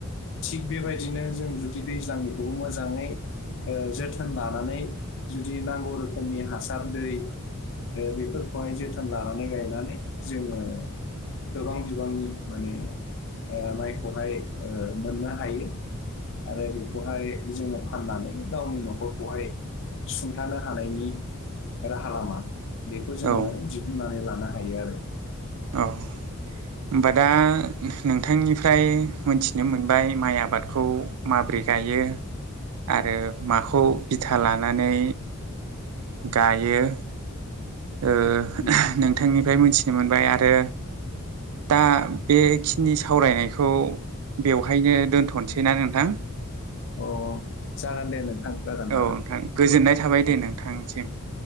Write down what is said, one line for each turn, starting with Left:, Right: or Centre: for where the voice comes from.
Left: थिग बेबायदिनो जों जुदि दैज्लांनिखौबो मोजाङै ओ जोथोन लानानै जुदि नांगौ रोखोमनि हासार दै ओ बेफोरखौहाय जोथोन लानानै गायनानै जोङो गोबां बिबांनि माने ओ माइखौहाय ओ मोननो हायो आरो बेखौहाय जोङो फाननानै गावनि न'खरखौहाय सुंथानो हानायनि राहा लामा बेखौ जोङो
Right: औ
Left: दिहुननानै लानो हायो आरो
Right: औ होमबा दा नोंथांनिफ्राय मोनथिनो मोनबाय माइ आबादखौ माबोरै गायो गायो आरो माखौ बिथा लानानै गायो ओ
Left: औ
Right: नोंथांनिफ्राय मोनथिनो मोनबाय आरो दा बेखिनि सावरायनायखौ बेवहायनो दोनथसैना नोंथां
Left: अ जागोन दे नोंथां जागोन जागोन
Right: औ नोंथां गोजोननाय थाबाय दे
Left: अ
Right: नोंथांसिम